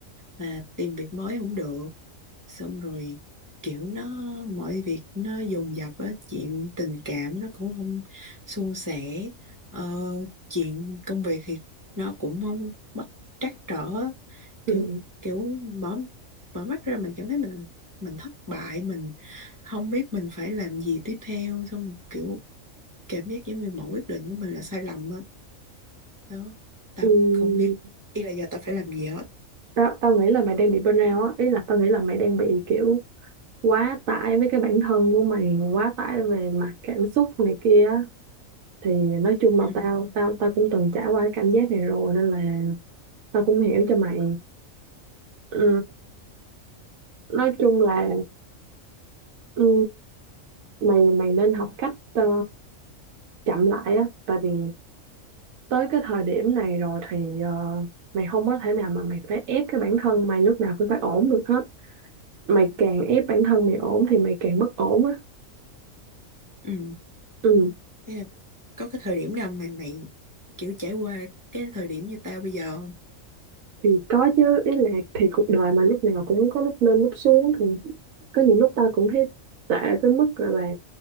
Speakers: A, on the right (about 15°); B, on the right (about 80°).
A: mà tìm việc mới không được xong rồi kiểu nó mọi việc nó dồn dập á chuyện tình cảm nó cũng không suôn sẻ ờ, chuyện công việc thì nó cũng không bất trắc trở
B: Ừ.
A: kiểu kiểu mở mở mắt ra mình cảm thấy mình mình thất bại mình không biết mình phải làm gì tiếp theo xong kiểu cảm giác giống như mọi quyết định của mình là sai lầm á đó tao
B: Ừ.
A: không biết ý là giờ tao phải làm gì hết
B: Tao tao nghĩ là mày đang bị burnout á, ý là tao nghĩ là mày đang bị kiểu quá tải với cái bản thân của mày, quá tải về mặt cảm xúc này kia á. Thì nói chung là
A: ừ
B: tao tao tao cũng từng trải qua cái cảm giác này rồi nên là tao cũng hiểu cho mày. Ừ. Nói chung là ừ. mày mày nên học cách ờ, chậm lại á tại vì tới cái thời điểm này rồi thì ờ, mày không có thể nào mà mày phải ép cái bản thân mày lúc nào cũng phải ổn được hết mày càng ép bản thân mày ổn thì mày càng bất ổn á
A: ừ
B: ừ
A: thế là có cái thời điểm nào mà mày kiểu trải qua cái thời điểm như tao bây giờ không
B: thì có chứ ý là thì cuộc đời mà lúc nào cũng có lúc lên lúc xuống thì có những lúc tao cũng thấy tệ tới mức gọi là